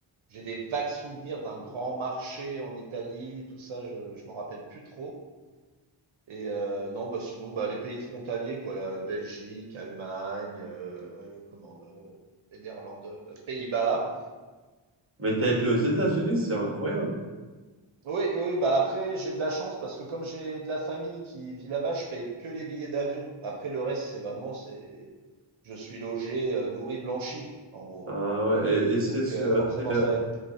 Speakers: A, on the right; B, on the right.
A: J'ai des vagues souvenirs d'un grand marché en Italie, tout ça, je je m'en rappelle plus trop. Et heu, non, bah, sinon, bah, les pays frontaliers quoi, la Belgique, Allemagne, heu, comment, heu, Néderlande, heu, Pays-Bas.
B: Mais t'as été aux États-Unis, c'est incroyable.
A: Oui, oui, oui, bah, après j'ai de la chance parce que comme j'ai de la famille qui vit là-bas, je paye que les billets d'avion. Après le reste, c'est vraiment c'est je suis logé, heu, nourri, blanchi en gros.
B: Ah ouais, et, et c'est
A: Donc
B: sur-
A: heu, forcément
B: c'est-
A: ça aide.